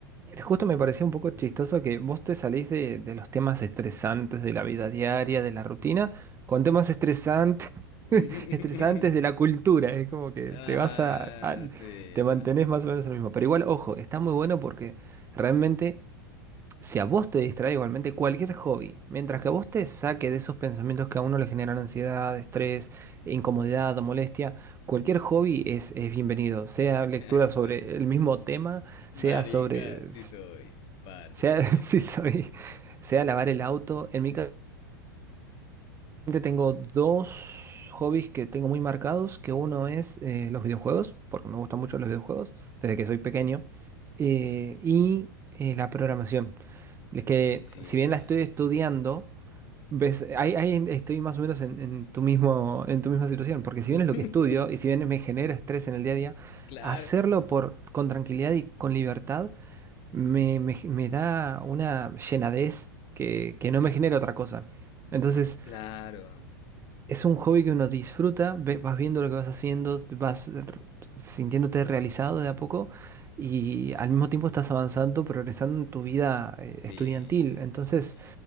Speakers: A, on the right (about 20°); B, on the left (about 45°).
A: Este, Justo me parecía un poco chistoso que vos te salís de, de los temas estresantes de la vida diaria, de la rutina, con temas estresantes, <laughs>
B: <laughs>
A: estresantes de la cultura. Es como que te
B: Ajá,
A: vas a, al-
B: sí,
A: te
B: no.
A: mantenés más o menos lo mismo. Pero igual, ojo, está muy bueno porque realmente Si a vos te distrae igualmente cualquier hobby, mientras que a vos te saque de esos pensamientos que a uno le generan ansiedad, estrés, incomodidad o molestia, cualquier hobby es, es bienvenido. Sea lectura
B: <laughs> Sí.
A: sobre el mismo tema, sea
B: Marica,
A: sobre...
B: sí soy. Parce,
A: Sea,
B: lo siento.
A: <laughs> sí soy, sea lavar el auto. En mi caso tengo dos hobbies que tengo muy marcados, que uno es eh, los videojuegos, porque me gustan mucho los videojuegos desde que soy pequeño, eh, y eh, la programación. Es que
B: Sí.
A: si bien la estoy estudiando, ves, ahí, ahí en- estoy más o menos en, en tu mismo, en tu misma situación, porque si
B: <laughs>
A: bien es lo que estudio y si bien me genera estrés en el día a día,
B: Claro,
A: hacerlo por, con tranquilidad y con libertad me, me- me da una llenadez que, que no me genera otra cosa. Entonces,
B: claro.
A: es un hobby que uno disfruta, ve- vas viendo lo que vas haciendo, vas eh, sintiéndote realizado de a poco y al mismo tiempo estás avanzando, progresando en tu vida eh,
B: Sí,
A: estudiantil. Entonces,
B: sí.